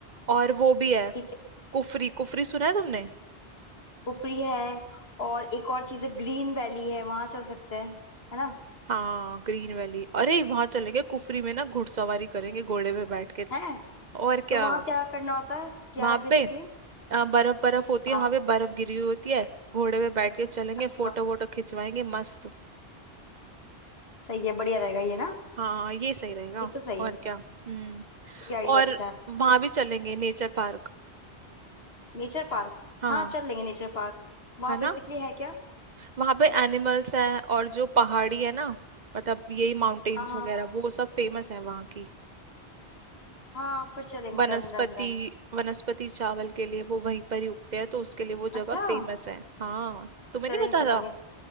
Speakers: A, on the right (about 45°); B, on the left (about 70°).
A: और वो भी है
B: ठीक
A: कुफरी कुफरी सुना है तुमने
B: कुफरी है और एक और चीज है ग्रीन वैली है वहां चल सकते हैं है ना
A: हाँ ग्रीन वैली अरे वहां चलेंगे कुफरी में ना घुड़सवारी करेंगे घोड़े पे बैठ के
B: है
A: और क्या
B: तो वहां क्या करना होता है क्या
A: वहां
B: है बेसिकली
A: पे अ, बर्फ बर्फ होती
B: हाँ
A: है वहां पे बर्फ गिरी हुई होती है घोड़े पे बैठ के चलेंगे
B: अच्छा
A: फोटो वोटो खिंचवाएंगे मस्त
B: सही है बढ़िया रहेगा ये ना
A: हाँ ये सही रहेगा
B: ये तो सही
A: और
B: है
A: क्या हम्म
B: ये आइडिया
A: और
B: अच्छा है
A: वहां भी चलेंगे नेचर पार्क
B: Nature park
A: हाँ
B: हाँ चल लेंगे नेचर पार्क वहाँ
A: है ना
B: बेसिकली है क्या
A: वहां पे एनिमल्स हैं और जो पहाड़ी है ना मतलब यही माउंटेन्स
B: हाँ
A: वगैरह
B: हाँ
A: वो सब फेमस है वहां की
B: हाँ हाँ, फिर चलेंगे
A: वनस्पति
B: डन डन डन
A: वनस्पति चावल के लिए वो वहीं पर ही उगते हैं तो उसके लिए वो
B: अच्छा
A: जगह फेमस है हाँ तुम्हें
B: चलेंगे
A: नहीं पता
B: चलेंगे
A: था